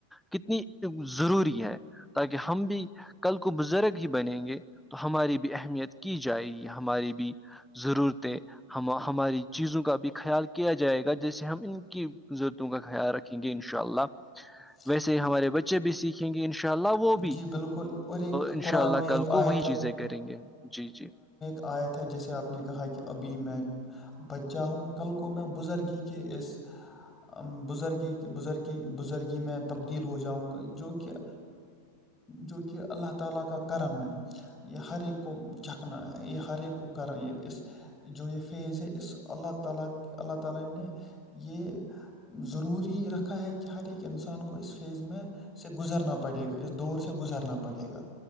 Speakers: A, in the centre; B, on the left.
A: کتنی ضروری ہے تاکہ ہم بھی کل کو بزرگ ہی بنیں گے تو ہماری بھی اہمیت کی جائے گی ہماری بھی ضرور تھ ہم ہماری چیزوں کا بھی خیال کیا جائے گا جیسے ہم ان کی ضرورتوں کا خیال رکھ کیونکہ ان شاء اللہ
B: ہ
A: ویسے ہی ہمارے بچے بھی سیکھیں گے ان شاء اللہ وہ بھی
B: جی بالکل اور ایک
A: ان
B: قرآن
A: شاء اللہ
B: میں
A: کل
B: ایک
A: کو
B: آیت
A: وہی چیزیں کریں گے جی جی
B: آیا تھا جیسے آپ نے کہا کہ ابھی میں بچہ ہوں کل کو میں بزرگی کے اسزرگی بزرگی بزرگ میں تبدیل ہو جاؤں گا جو کہ جو کہ اللہ تعالا کا کرم ہے یہ ہر ایک کو چکنا یہ ہر ایک کو کر یہ اس جو یہ فیز ہے اس اللہ تعالا اللہ تعالا نے یہ ضروری رکھا ہے کہ ہر ایک انسان کو اس فیز میں سے گزرنا پڑے گا اس دور سے گزرنا پڑے گا